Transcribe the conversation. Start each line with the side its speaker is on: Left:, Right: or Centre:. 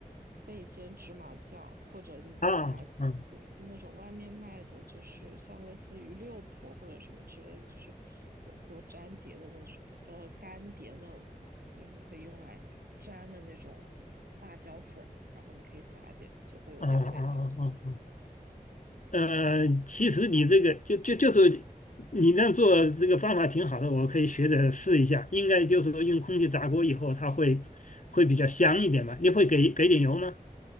Right: 焙煎芝麻酱，或者你就买嗯那种外面卖的，
Left: 啊嗯
Right: 就是像类似于六婆或者什么之类的，就是火锅粘碟的那种，呃，干碟那种，你可以用来粘的那种辣椒粉，然后你可以撒点，就会有点味道。
Left: 啊啊啊啊啊，呃，其实你这个就就就是你这样做这个方法挺好的，我可以学着试一下。应该就是说用空气炸锅以后，它会会比较香一点吧？你会给给点油吗？